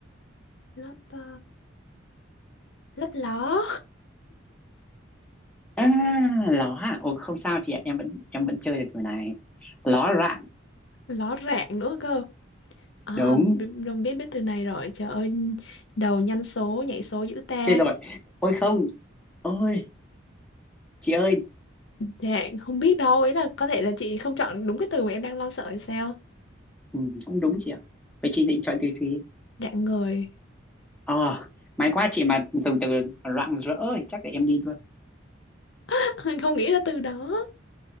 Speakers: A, on the left; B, in the centre.
A: lấp ờ, lấp ló
B: À, ló à? Ồ, không sao chị ạ, em vẫn em vẫn chơi được kiểu này. Ló loạn,
A: ló rạng nữa cơ à
B: đúng.
A: bi- đồng biết biết từ này rồi trời ơi đầu nhanh số nhảy số dữ ta
B: Chết rồi. Ôi không, ôi, chị ơi,
A: Dạ, không biết đâu, ý là có thể là chị không chọn đúng cái từ mà em đang lo sợ hay sao?
B: ừ, cũng đúng chị ạ. Vậy chị định chọn từ gì?
A: Rạng ngời.
B: Ờ, may quá chị mà dùng từ rạng rỡ thì chắc là em đi luôn.
A: <laughs> Không nghĩ là từ đó.